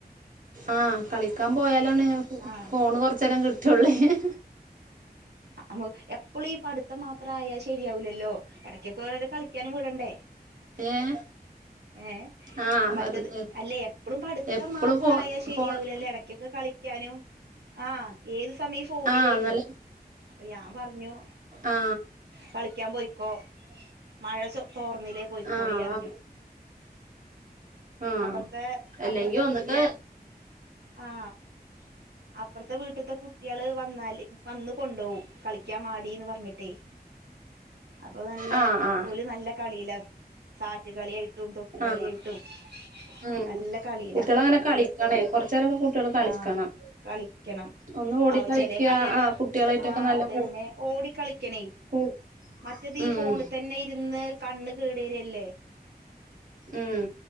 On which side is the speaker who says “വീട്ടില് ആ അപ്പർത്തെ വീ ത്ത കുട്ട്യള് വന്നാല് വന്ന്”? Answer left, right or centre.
Right